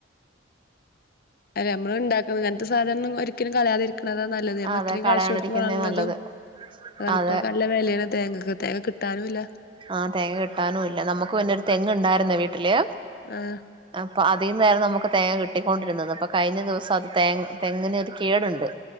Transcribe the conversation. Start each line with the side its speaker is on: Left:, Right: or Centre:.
Left: അല്ലെ ഞമ്മളിണ്ടാക്കണത് ഇങ്ങൻത്തെ സാധനൊന്നും ഒരിക്കലും കളയാതിരിക്കണത ന ല്ലത് നമ്മള്
Right: അതെ
Left: ഇത്രീം
Right: കളയാണ്ടിരിക്കുന്നേ
Left: കാശ് കൊട്ത്ത് വാങ്ങണതും
Right: നല്ലത്
Left: അതാണ്
Right: അതെ
Left: ഇപ്പൊക്കെല്ല വെലേണ് തേങ്ങക്ക് തേങ്ങ കിട്ടാനൂല്ല
Right: ആഹ് തേങ്ങ കിട്ടാനുല്ല നമുക്ക് പിന്നെ ഒര് തെങ്ങ് ഇണ്ടായിരുന്നു വീട്ടില്
Left: ആഹ്
Right: അപ്പ അതീന്നായിരുന്നു നമുക്ക് തേങ്ങ കിട്ടിക്കൊണ്ടിരുന്നത് അപ്പൊ കഴിഞ്ഞ ദിവസം അത് തേങ്ങ തെങ്ങിനൊരു കേടുണ്ട്